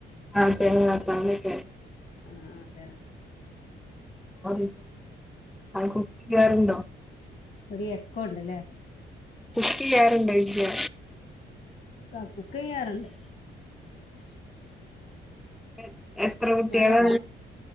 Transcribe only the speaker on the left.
ആ അതെതെ
ഒരു എക്ക ഉണ്ട്ല്ലേ
ക കുക്ക ചെയ്യാറുണ്ട്
മഴ ഉണ്ടോ